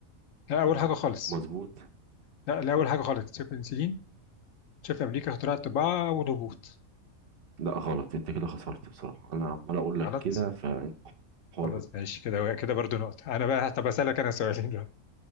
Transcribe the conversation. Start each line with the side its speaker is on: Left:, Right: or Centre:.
Left: لا أول
Right: مم.
Left: حاجة خالص
Right: مظبوط
Left: لا لا أول حاجة خالص اكتشاف البنسلين اكتشاف أمريكا اختراع الطباعة أول هبوط
Right: لا غلط انت كده خسرت بصراحه انا عمال اقول لك
Left: غلط
Right: كده فانت حر
Left: خلاص
Right: بقى.
Left: ماشي كده كده برضو نقطة أنا بقى طب أسألك أنا سؤالين دلوقتي